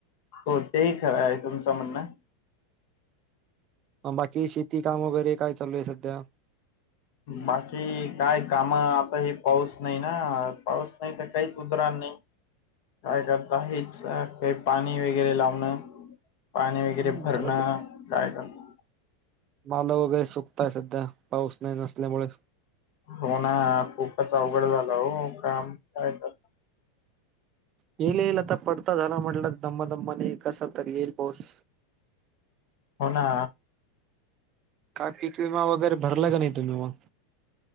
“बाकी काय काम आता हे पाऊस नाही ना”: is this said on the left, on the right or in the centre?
Left